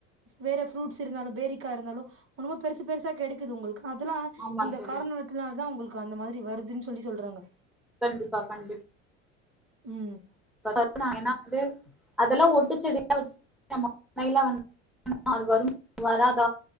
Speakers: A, on the right; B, in the centre.
A: வேற ஃப்ரூட்ஸ் இருந்தாலு பேரிக்கா இருந்தாலு ரொம்ப பெருசு பெருசா கிடைக்குது உங்குள்க்கு அதல்லா
B: ஆமா
A: இந்த
B: தோழி
A: காரணித்தினால தா உங்களுக்கு அந்த மாதிரி வருதுன்னு சொல்லி சொல்றாங்க
B: கண்டிப்பா கண்டிப்
A: ம்
B: ஃபஸ்ட்டு நாங்க என்னா வந்து அதெல்லா ஒட்டு செடியா வெச்சு நம்ம ண்ணைல வந்துட் அது வருமா வராத